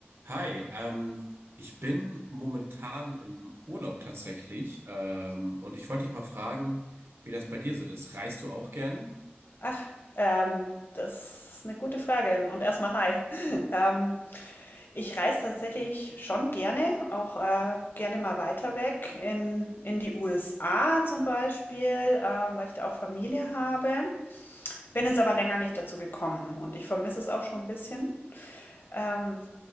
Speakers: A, on the right; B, on the left.
A: Hi, ähm, ich bin momentan im Urlaub tatsächlich, ähm, und ich wollte dich mal fragen, wie das bei dir so ist. Reist du auch gerne?
B: Ach, ähm, das ist eine gute Frage. Und erstmal hi. <laughs> Ähm, ich reise tatsächlich schon gerne, auch äh, gerne mal weiter weg in, in die USA zum Beispiel, ähm, weil ich da auch Familie habe. Bin jetzt aber länger nicht dazu gekommen und ich vermisse es auch schon ein bisschen. Ähm,